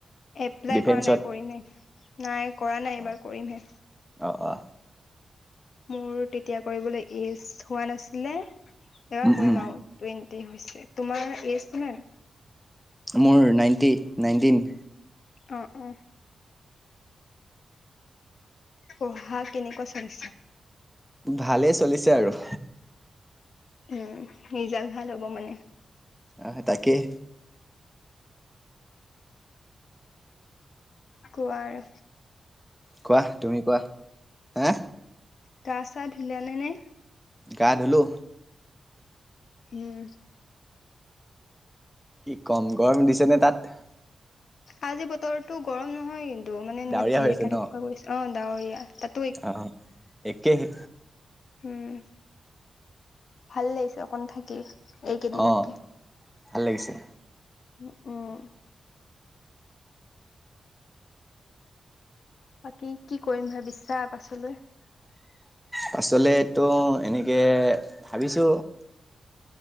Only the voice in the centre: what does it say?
ডিফেন্সত
অ',
অ অ।
উম,
উম,
মোৰ নাইণ্টি নাইনটিন।
ভালেই চলিছে আৰু।
অহ তাকেই,
কোৱা তুমি কোৱা? হে
গা ধুলো।
কি কম গৰম দিছেনে তাত?
ডাৱৰীয়া
হৈ আছে ন
অ একেহে
অ', ভাল লাগিছে।
পাছলেতো এনেকে ভাবিছো